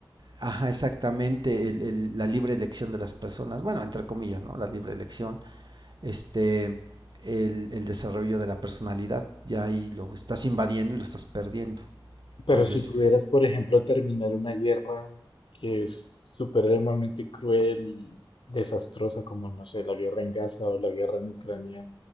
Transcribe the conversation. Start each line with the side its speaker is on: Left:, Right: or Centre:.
Right: ajá, exactamente, el, el- la libre elección de las personas, bueno, entre comillas, ¿no? La libre elección, este, el, el desarrollo de la personalidad, ya ahí lo estás invadiendo y lo estás perdiendo. Entonces,
Left: Pero si pudieras, por ejemplo, terminar una guerra que es supremamente cruel y desastrosa, como, no sé, la guerra en Gaza o la guerra en Ucrania,